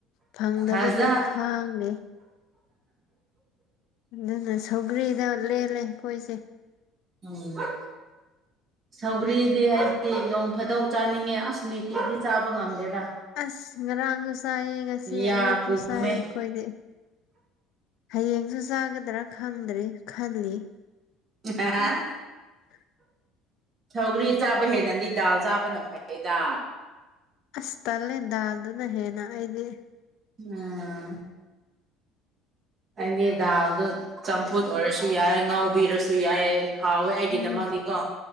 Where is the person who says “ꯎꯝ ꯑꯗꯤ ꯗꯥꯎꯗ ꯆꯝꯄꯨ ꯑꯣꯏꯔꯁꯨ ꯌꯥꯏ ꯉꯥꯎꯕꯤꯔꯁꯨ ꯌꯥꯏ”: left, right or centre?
Right